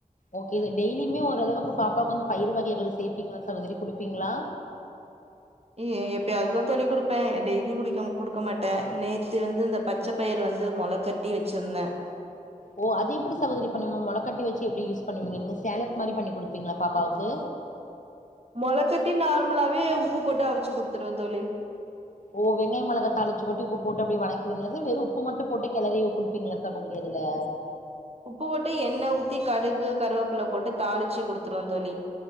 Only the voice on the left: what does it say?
ஓகே இது டெய்லிமே ஓரளவு பாப்பாவுக்கு வந்து பயிர் வகைகள் சேப்பீங்ளா சகோதரி குடுப்பீங்ளா
ஓ அது எப்புடி சகோதரி பண்ணுவீங்க மொளக்கட்டி வெச்சி எப்டி யூஸ் பண்ணுவிங்க நீங்க சேலட் மாரி பண்ணி குடுப்பீங்ளா பாப்பாவுக்கு
ஓ வெங்காயோ மொளகா தாளீச்சி கொட்டி உப்பு போட்டு அப்டியே வணக்குவீங்களா சகோதரி வெறு உப்பு மட்டு போட்டு கெளறி குடுப்பீங்களா சகோதரி அதுல